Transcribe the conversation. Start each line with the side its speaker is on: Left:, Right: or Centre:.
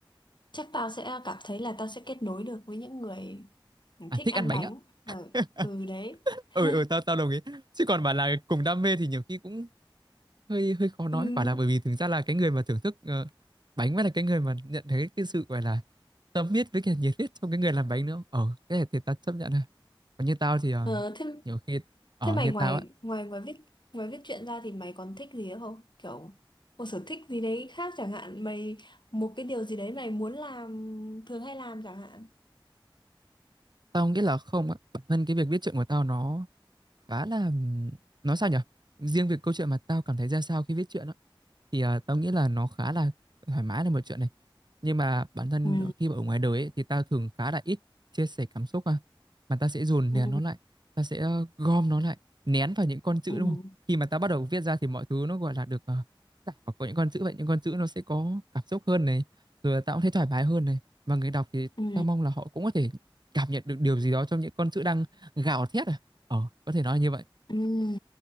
Left: chắc tao sẽ cảm thấy là tao sẽ kết nối được với những người
Right: À
Left: thích
Right: thích
Left: ăn
Right: ăn bánh
Left: bánh
Right: á.
Left: và
Right: <laughs>
Left: ừ đấy <laughs>
Right: Ừ ừ tao tao đồng ý. Chứ còn bảo là cùng đam mê thì nhiều khi cũng hơi hơi khó nói,
Left: ừ.
Right: bảo là bởi vì thực ra là cái người mà thưởng thức ờ, bánh mới là cái người mà nhận thấy cái sự gọi là tâm huyết với cả nhiệt huyết trong cái người làm bánh nữa. Ờ cái này thì tao chấp nhận Còn như tao thì ờ,
Left: Ờ, thế
Right: nhiều khi ở
Left: thế mày
Right: như
Left: ngoài
Right: tao á,
Left: ngoài ngoài viết ngoài viết truyện ra thì mày còn thích gì nữa không kiểu một sở thích gì đấy khác chẳng hạn mày một cái điều gì đấy mày muốn làm thường hay làm chẳng hạn
Right: tao nghĩ là không á, bản thân cái việc viết truyện của tao nó khá là ừm, nói sao nhỉ? Riêng việc câu chuyện mà tao cảm thấy ra sao khi viết truyện á thì à, tao nghĩ là nó khá là thoải mái là một chuyện này nhưng mà bản thân
Left: ừ
Right: khi mà ở ngoài đời ấy, thì tao thường khá là ít chia sẻ cảm xúc à mà tao sẽ dồn
Left: ừ
Right: nén nó lại tao sẽ ờ, gom nó lại nén vào những con chữ
Left: ừ
Right: đúng không khi mà tao bắt đầu viết ra thì mọi thứ nó gọi là được uh, tạo vào có những con chữ vậy những con chữ nó sẽ có cảm xúc hơn này rồi là tao cũng thấy thoải mái hơn này và người đọc thì
Left: ừ
Right: tao mong là họ cũng có thể cảm nhận được điều gì đó trong những con chữ đang gào thét à ờ có thể nói là như vậy
Left: Ừm,